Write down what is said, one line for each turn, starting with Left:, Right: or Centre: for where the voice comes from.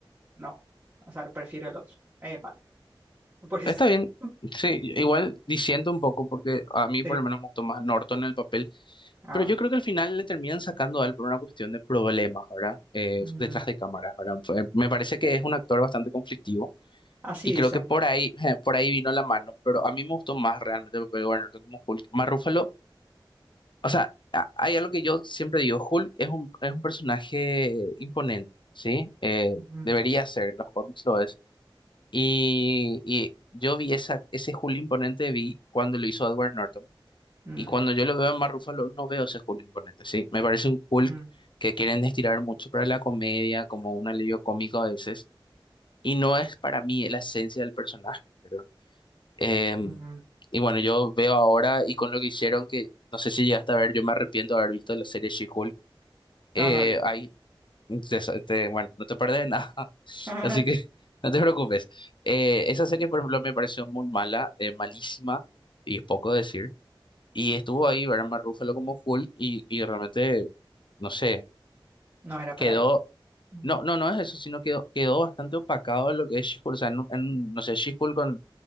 Right: no. O sea, prefiero el otro, eh, Mark. Por eso.
Left: Está bien,
Right: <laughs>
Left: sí, igual diciendo un poco, porque a mí
Right: Sí.
Left: por lo menos me gustó más Norton en el papel,
Right: Ah,
Left: pero yo creo que al final le terminan sacando a él por una cuestión de problemas, ¿verdad? Eh,
Right: mm,
Left: detrás de cámaras, ¿verdad? Fue- Me parece que es un actor bastante conflictivo
Right: así
Left: y
Right: dicen.
Left: creo que por ahí, <laughs> por ahí vino la mano, pero a mí me gustó más realmente el papel de Edward Norton como Hulk. Más Ruffalo, o sea, a- hay algo que yo siempre digo, Hulk es un, es un personaje imponente, ¿sí? Eh,
Right: Mm,
Left: debería ser, en los cómics lo es y, y yo vi esa, ese Julio Imponente vi cuando lo hizo Edward Norton.
Right: mm,
Left: Y cuando yo lo veo en Mark Ruffalo, no veo ese Julio Imponente, ¿sí? Me parece un Hulk
Right: mm,
Left: que quieren estirar mucho para la comedia, como un alivio cómico a veces. Y no es para mí la esencia del personaje, ¿verdad? Em,
Right: mm. mm.
Left: y bueno, yo veo ahora, y con lo que hicieron, que no sé si llegaste a ver, yo me arrepiento de haber visto la serie She-Hulk.
Right: No,
Left: Eh,
Right: no vi.
Left: hay te- te- bueno, no te perdés de nada, <laughs>
Right: <laughs>
Left: así que no te preocupes. Eh, esa serie, por ejemplo, me pareció muy mala, eh, malísima, y es poco decir. Y estuvo ahí Barman Ruffalo como Hulk, y, y realmente, no sé,
Right: No era
Left: quedó.
Right: para él. Mm,
Left: No, no, no es eso, sino quedó, quedó bastante opacado lo que es She-Hulk. O sea, en, un- en un- no sé, She-Hulk con,